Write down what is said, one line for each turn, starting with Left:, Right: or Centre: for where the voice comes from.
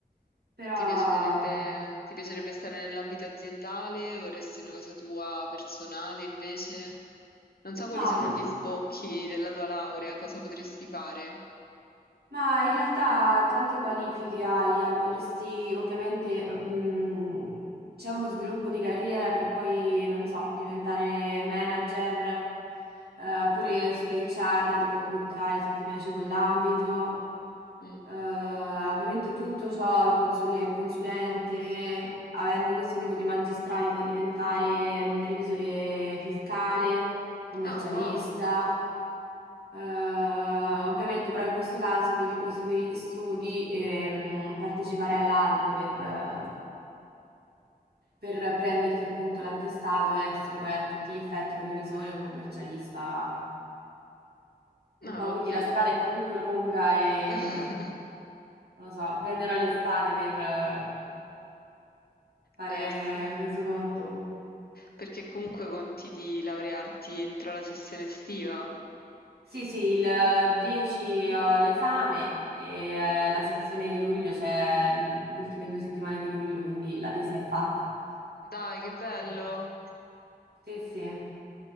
Right: però
Left: Ti piacerebbe, ti piacerebbe stare nell'ambito aziendale? Vorresti una cosa tua personale invece? Non so quali
Right: no.
Left: sono
Right: mm,
Left: gli sbocchi della tua laurea, cosa potresti fare?
Right: Ma in realtà tante qualifiche hai, eh, Potresti ovviamente, mm, c'è uno sviluppo di carriera per poi, non so, diventare manager, eh, pure sulle HR ti puoi buttare se ti piace quell'ambito.
Left: Mm.
Right: Eh, ovviamente tutto ciò, il consul- consulente, avendo questo tipo di magistrale puoi diventare, mm, revisore fiscale, commercialista.
Left: Ah, wow.
Right: Eh, ovviamente però in questo caso devi proseguire gli studi e mh, partecipare all'albo per, eh, per prenderti appunto l'attestato e essere poi a tutti gli effetti un revisore o commercialista. Un
Left: Ah,
Right: po',
Left: ok.
Right: quindi la strada è comunque lunga e
Left: <laughs>
Right: non lo so, prenderò l'estate per eh, fare
Left: Beh, ha senso.
Right: resoconto.
Left: Perché comunque conti di laurearti entro la sessione estiva?
Right: Sì, sì, il eh, 10 ho l'esame e eh, la sezione di luglio c'è l- le ultime due settimane di luglio, quindi la tesi è fatta.
Left: Dai, che bello!
Right: Sì, sì.